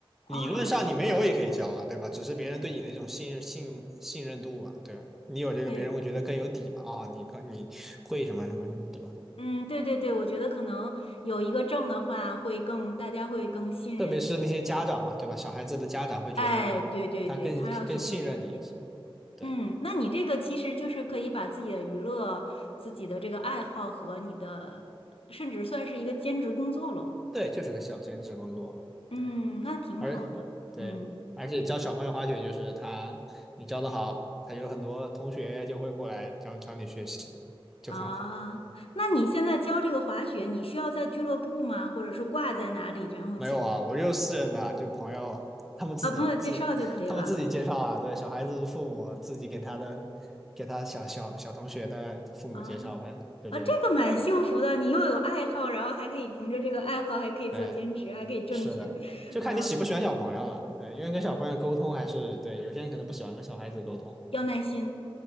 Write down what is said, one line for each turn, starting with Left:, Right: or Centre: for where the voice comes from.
Centre: 理论上你没有也可以教啊，
Left: 哦，
Centre: 对吧？只是别人对你的一种信任信信任度吧，对吧，你有这个，
Left: 对，
Centre: 别人会觉得更有底嘛，啊、你可你会什么什么什么，对吧？
Left: 嗯，对对对，我觉得可能有一个证的话，会更大家会更信任一些。
Centre: 特别是那些家长嘛，对吧？小孩子的家长会觉得他更更信任你，
Left: 哎，对对对，他要寻求专业。
Centre: 对
Left: 嗯，那你这个其实就是可以把自己的娱乐、自己的这个爱好和你的，甚至算是一个兼职工作喽。
Centre: 对，就是个小兼职工作嘛。
Left: 嗯，
Centre: 对。
Left: 那挺好的。
Centre: 而对，
Left: 嗯
Centre: 而且教小朋友滑雪就是他，你教的好，他有很多同学就会过来教教你学习，就很好。
Left: 啊，那你现在教这个滑雪，你需要在俱乐部吗？或者是挂在哪里，然后教？
Centre: 没有啊，我就是私人的啊，就朋友他们自己自他们自己介绍啊，
Left: 啊，朋友介绍就可以了。
Centre: 对，小孩子父母自己给他的给他小小小同学的父母介绍呗，
Left: 啊
Centre: 就这种。
Left: 啊，这个蛮幸福的，你又有爱好，然后还可以凭着这个爱好，还可以做兼职，
Centre: 对，
Left: 还可以挣钱。
Centre: 是的，就看你喜不喜欢小朋友了。
Left: 呃
Centre: 对，因为跟小朋友沟通还是对，有些人可能不喜欢跟小孩子沟通。
Left: 要耐心，